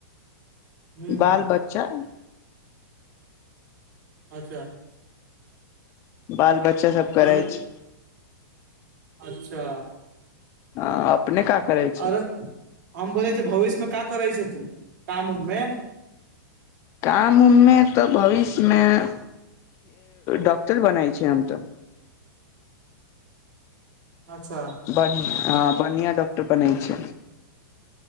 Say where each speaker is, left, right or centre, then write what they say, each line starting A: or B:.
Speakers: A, on the right (about 60°); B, on the left (about 25°).
A: हूँ
B: बाल ब च
A: अच्छा
B: बाल बच्चा सब करै
A: आरो
B: छ
A: अच्छा
B: हं अपने का करै छै
A: आरो हम बोलै छ भविष्य में का करै छै तू काम उम मे
B: काम उम में तऽ भविष्य में डॉक्टर बनै छै हम तऽ
A: अच्छा
B: बढ़ ह बढ़आँ डॉक्टर बनैत छै